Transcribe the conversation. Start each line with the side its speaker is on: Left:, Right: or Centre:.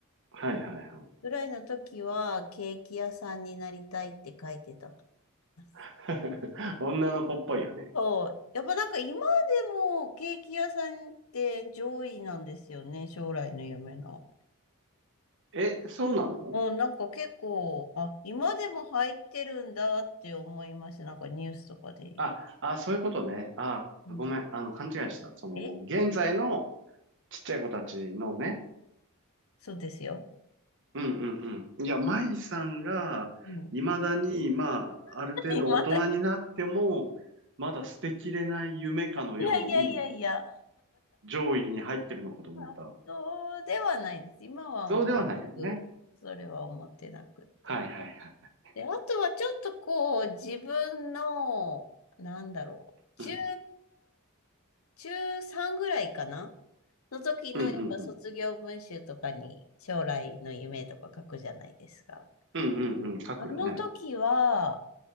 Right: はいはいはい。
Left: ぐらいの時は、ケーキ屋さんになりたいって書いてたと思います。
Right: <laughs> 女の子っぽいよね。
Left: そう。やっぱなんか今でもケーキ屋さんって上位なんですよね、将来の夢の。
Right: え、そうなの
Left: うん、なんか結構、あ、今でも入ってるんだって思いました。なんかニュースとかで言う。
Right: あ、あ、そういうことね。あ、
Left: うん
Right: ごめん。あの、勘違いした。その、
Left: え
Right: 現在のちっちゃい子たちのね、
Left: そうですよ。
Right: うんうんうん。いや、舞さんが、
Left: うん、
Right: 未だに、まあ、ある程度大人になっても、
Left: <laughs> 今だ、
Right: まだ捨てきれない夢かのように、
Left: いやいやいやいや。
Right: 上位に入ってるのかと思った。
Left: あそうではないです。今はもう全くそれは思ってなくて。
Right: そうではないよね。はいはいはい。
Left: で、あとはちょっとこう、自分の、なんだろう、中、
Right: うん。
Left: 中3ぐらいかなの時のやっぱ卒業文集とかに将来の夢とか書くじゃないですか。
Right: うんうんうん。うんうんうん。書くよね。
Left: あの時は、